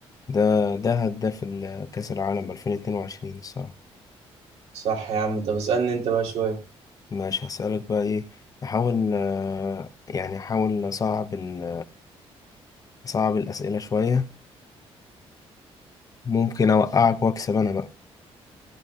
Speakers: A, on the left (about 35°); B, on the right (about 80°).
A: ده ده هداف ال- كأس العالم 2022 الصراحة
B: صح يا عم طب اسألني انت بقى شوية
A: ماشي هسألك بقى ايه احاول آه، يعني احاول اصعب ال- اصعب الأسئلة شوية ممكن اوقعك واكسب انا بقى